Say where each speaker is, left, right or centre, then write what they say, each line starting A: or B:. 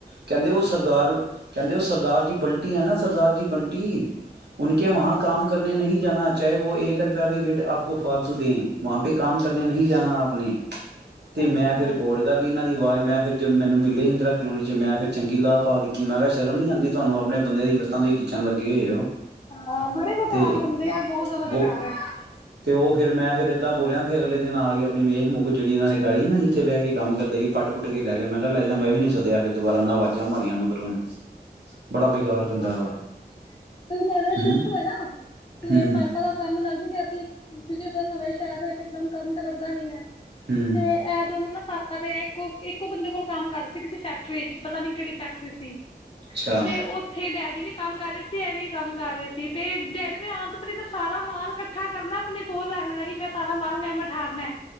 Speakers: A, on the right; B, on the left.
A: ਕਹਿੰਦੇ
B: ਹਾਂ
A: ਉਹ ਸਰਦਾਰ ਕਹਿੰਦੇ, ਓਹ ਸਰਦਾਰ ਜੀ ਬੰਟੀ ਹੈ ਨਾ, ਸਰਦਾਰ ਜੀ ਬੰਟੀ ਉਨਕੇ ਵਹਾਂ
B: ਹਾਂ
A: ਕੰਮ ਕਰਨੇ ਨਹੀਂ ਜਾਨਾ, ਚਾਹੇ ਵੋ ਏਕ ਰੁਪੇਆ ਵੀ ਰੇਟ ਆਪ ਫਾਲਤੂ ਦੇਂ। ਵਹਾਂ ਪੇ ਕੰਮ ਕਰਨੇ ਨਹੀਂ ਜਾਨਾ ਆਪ ਨੇ, ਤੇ
B: ਅੱਛਾ
A: ਮੈਂ ਫਿਰ ਰਿਕੌਡ ਕਰਲੀ ਇਹਨਾਂ ਦੀ ਆਵਾਜ਼। ਮੈਂ ਨੂੰ ਮਿਲੇ ਇੰਦਰਾ ਕਲੋਨੀ ਚ ਮੈਂ ਫਿਰ ਚੰਗੀ ਗਾਹ ਪਾਕੇ ਕੀ ਮੈਂ ਕਿਹਾ ਸ਼ਰਮ ਨਹੀਂ ਆਂਦੀ ਤੁਹਾਨੂੰ ਆਪਣੇ ਬੰਦੇ ਦੀ ਲੱਤਾਂ ਤੋਂ ਹੀ ਖਿੱਚਣ ਲੱਗੇ ਹੋਏ ਹੋ।
B: ਹਾਂ, ਬੜੇ ਬੇਕਾਰ
A: ਤੇ
B: ਬੰਦੇ ਆ ਬਹੁਤ ਜ਼ਿਆਦਾ
A: ਉਹ
B: ਬੇਕਾਰ ਹੈ।
A: ਤੇ ਉਹ ਫਿਰ ਮੈਂ ਫਿਰ ਏਦਾਂ ਤਾਂ ਬੋਲ ਰਿਹਾ ਫੇਰ ਅਗਲੇ ਦਿਨ ਆ ਕੇ ਆਪਣੀ ਮੇਖ ਮੁੁਖ ਜਿਹੜੀ ਇਹਨਾਂ ਨੇ ਗਾਲੀ ਨਾ ਜਿੱਥੇ ਬਹਿ ਕੇ ਕੰਮ ਕਰਦੇ ਸੀ। ਪੱਟ ਪੁੱਟ ਕੇ ਲੈ ਗਿਆ ਮੈਂ ਕਿਹਾ ਲੈ ਜਾ ਮੈਂ ਵੀ ਨੀ ਸਦਿਆ ਫਿਰ ਦੁਬਾਰਾ ਉਹਨਾਂ ਆਵਾਜ਼ਾਂ ਮਾਰੀਆਂ ਮਗਰ ਉਹਨੂੰ <unintelligible> ਬੰਦਾ
B: ਆਪਾਂ
A: ਵਾ ਹੂੰ
B: ਸ਼ਿਫਟ ਹੋ ਨਾ ਤੇ
A: ਹੂੰ
B: ਪਾਪਾ ਦਾ ਕੰਮ ਲੱਗ ਜਾਣਗੇ। ਅਸੀਂ ਤੁਜੇ ਦ ਨਵੇਂ ਸ਼ਹਿਰ ਚ ਇਕਦਮ ਕੰਮ ਤੇ ਲੱਦਾ ਨੀ ਹੈ।
A: ਹੂੰ
B: ਤੇ ਇਹ ਦੋਨੋ ਨਾ ਪਾਪਾ ਤੇ ਇੱਕੋ ਇੱਕੋ ਬੰਦੇ ਕੋਲ ਕੰਮ ਕਰਦੇ ਸੀ ਕਿਤੇ ਫੈਕਟਰੀ ਪਤਾ ਨੀ ਕਿਹੜੀ ਫੈਕਟਰੀ ਸੀ।
A: ਅੱਛਾ।
B: ਤੇ ਉੱਥੇ ਡੈਡੀ ਵੀ ਕੰਮ ਕਰ ਰਹੇ ਸੀ, ਇਹ ਵੀ ਕੰਮ ਕਰ ਰਹੇ ਸੀ। ਤੇ ਡੇਢ ਵਜੇ ਆਉਣ ਤੋਂ ਪਹਿਲਾਂ ਤਾਂ ਸਾਰਾ ਮਾਲ ਇਕੱਠਾ ਕਰਨਾ ਆਪਣੇ ਕੋਲ ਰੱਖ ਲੈਣਾ ਕਿ ਮੈਂ ਸਾਰਾ ਮਾਲ ਮੈਂ ਮਠਾਰਨਾ।